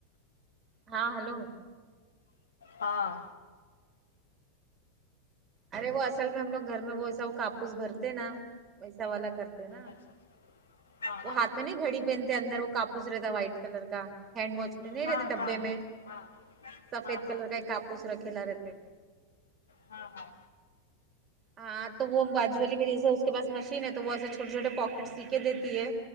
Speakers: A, on the right; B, on the left.
A: ہاں ہیلو
B: ہاں
A: ارے وہ اصل میں ہم لگ گھر میں وہ ایسا وہ کاپوس بھرتے نا ویسا والا کرتے ا
B: اچھا اچھا، ہاں
A: وہ ہاتھ میں نہیں گھڑی پہنتے اندر وہ کاپوس رہتا وائٹ کلر کا ہینڈ واچ میں نہیں
B: ہاں
A: رہتے
B: ہاں
A: ڈبے
B: ہاں
A: میں
B: ہاں ہاں
A: سفید
B: ہاں ہاں
A: کلر کا ایک کاپوس رکھے لا رہتے
B: ہاں ہاں
A: ہاں تو وہ باجو والی میریز اس کے پاس مشین ہے تو وہ ایسے چھوٹے چھوٹے پواکٹ سیکھ کے دیتی ہے